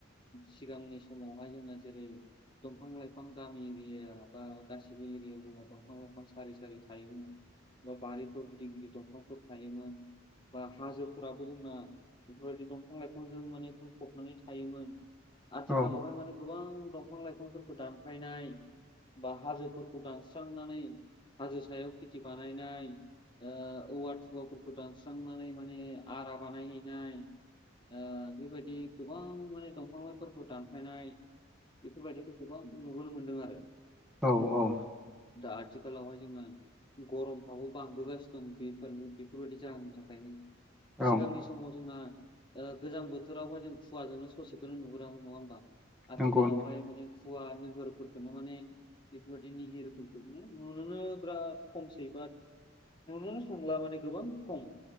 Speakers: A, on the left; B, in the centre.
A: सिगांनि समावहाय जोंङो जेरै दंफां लाइफां गामि एरियाबा गासिबो एरियाव जोंहा दंफां लाइफां सारि-सारि थायोमोन। बा बारिफोर गिदिर-गिदिर दंफांफोर थायोमोन बा हाजोफोराबो जोंना बेफोरबायदि दंफां लाइफांजों माने बुंफबनानै थायोमोन।
B: औ
A: आथिखालावहाय माने गोबां दंफां लाइफांफोरखौ दानफायनाय बा हाजोफोरखौ दानस्रांनानै हाजो सायाव खेथि बानायनाय ओ औवा थुवाफोरखौ दानस्रांनानै माने आरा बानायहैनाय। ओ बेबायदि गोबां माने दंफांला फोरखौ दान फायनाय बेफोरबायदिखौ गोबां नुुबोनो मोनदों आरो।
B: औ-औ
A: दा आथिखालावहाय जोङो गरमफ्राबो बांबोगासिनो दं बेफोर-बेफोरबायदि जाहोननि थाखायनो।
B: औ
A: सिगांनि समाव जोंना ओ गोजां बोथोरावहाय जों खुवाजोंनो ससेखौनो नुहुरामोन नङा होमबा?
B: नंगौ
A: आथिखालावहाय
B: नोंथां नंगौ
A: माने खुवा निहोरफोरखौनो माने बेफोरबायदि निहिर फोरखोमखौनो नुुनोनो बिराद खमसै बाद नुनोनो थांला माने गोबां खम।